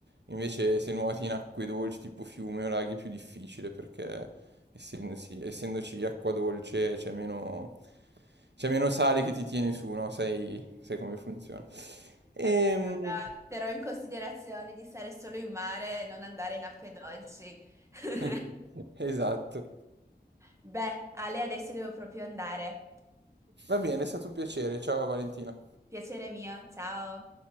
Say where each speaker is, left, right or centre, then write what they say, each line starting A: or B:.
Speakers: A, on the right; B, on the right.
A: Invece se nuoti in acque dolci tipo fiume o laghi è più difficile perché essendosi- essendoci acqua dolce c'è meno, c'è meno sale che ti tiene su, no? Sai, sai come funziona. Ehm,
B: Eh beh, allora terrò in considerazione di stare solo in mare e non andare in acque dolci. <laughs>
A: <laughs> Esatto.
B: Beh, Ale, adesso devo proprio andare.
A: Va bene, è stato un piacere. Ciao Valentina.
B: Piacere mio, ciao.